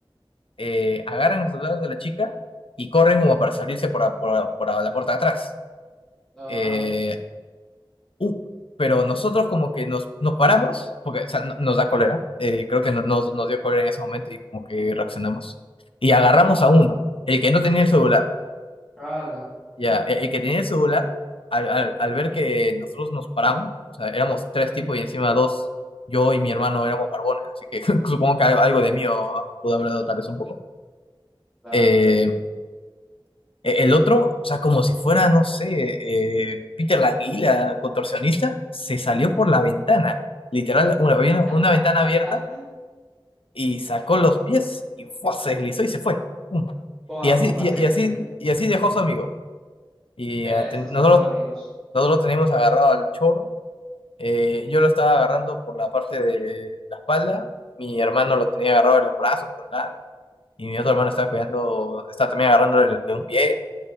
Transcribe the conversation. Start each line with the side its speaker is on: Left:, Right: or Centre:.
Left: eh, agarran el celular de la chica y corren como para salirse por, a- por a- por a la puerta de atrás.
Centre: ah,
Left: Eh, uh, pero nosotros como que nos, nos paramos, porque o sea, no- nos da cólera, eh, creo que no- nos, nos dio cólera en ese momento y como que reaccionamos. Y agarramos
Centre: ujú,
Left: a uno, el que no tenía el celular.
Centre: ala,
Left: Ya, el, el que tenía el celular, al, al- al ver que nosotros nos paramos, o sea, éramos tres tipos y encima dos, yo y mi hermano éramos barbones, así que <laughs> supongo que algo, algo de mí pudo haber dado tal vez un poco.
Centre: claro.
Left: Eh, E- El otro, o sea, como si fuera, no sé, eh, Peter Languila, contorsionista, se salió por la ventana, literal, una, había
Centre: <laughs>
Left: una ventana abierta y sacó los pies y ¡fua! se deslizó y se fue. ¡Pum!
Centre: Con,
Left: Y
Centre: a-
Left: así,
Centre: con
Left: y,
Centre: aceite.
Left: y así, y así dejó su amigo. Y
Centre: Eh,
Left: eh, ten-
Centre: estos
Left: nosotros,
Centre: no son amigos.
Left: nosotros lo teníamos agarrado al choro. eh, yo lo estaba agarrando por la parte de la espalda. Mi hermano lo tenía agarrado de los brazos por delante. Y mi otro hermano estaba cuidando, estaba también agarrando de, de un pie.